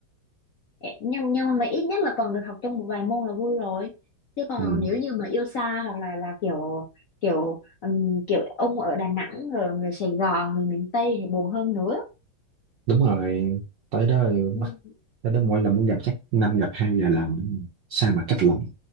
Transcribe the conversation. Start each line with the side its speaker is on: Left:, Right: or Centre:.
Left: Ê, nhưng nhưng mà ít nhất là còn được học trong một vài môn là vui rồi chứ còn
Right: ừ.
Left: nếu như mà yêu xa hoặc là là kiểu kiểu ừm, kiểu ông ở Đà Nẵng rồi người Sài Gòn người miền Tây thì buồn hơn nữa
Right: đúng rồi tới đó
Left: Ừ.
Right: bắt tới đó mỗi lần muốn gặp chắc năm gặp hai vài lần sao mà cách lòng